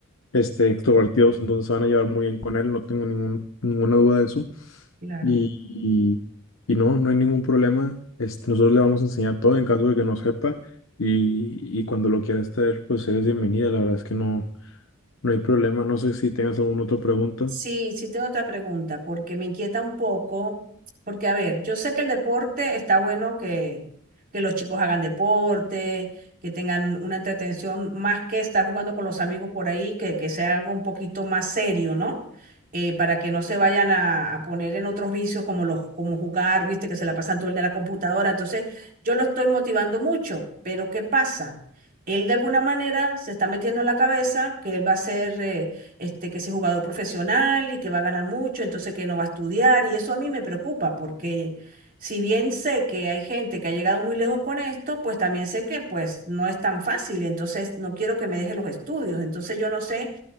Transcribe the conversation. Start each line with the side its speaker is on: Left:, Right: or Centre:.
Left: este, extrovertidos, entonces se van a llevar muy bien con él, no tengo ningún, ninguna duda de eso.
Right: Claro.
Left: Y, y, y no, no hay ningún problema. Este, nosotros le vamos a enseñar todo en caso de que no sepa. Y, y cuando lo quieras traer, pues eres bienvenida. La verdad es que no, no hay problema. No sé si tengas alguna otra pregunta.
Right: Sí, sí tengo otra pregunta, porque me inquieta un poco, porque a ver, yo sé que el deporte está bueno que, que los chicos hagan deporte, que tengan una entretención más que estar jugando con los amigos por ahí, que, que sea algo un poquito más serio, ¿no? Eh, para que no se vayan a, a poner en otros vicios como los, como jugar, viste, que se la pasan todo el día en la computadora. Entonces, yo lo estoy motivando mucho, pero ¿qué pasa? Él de alguna manera se está metiendo en la cabeza que él va a ser... eh, este, que ese jugador profesional y que va a ganar mucho, entonces que no va a estudiar. Y eso a mí me preocupa porque si bien sé que hay gente que ha llegado muy lejos con esto, pues también sé que pues no es tan fácil. Entonces no quiero que me deje los estudios. Entonces yo no sé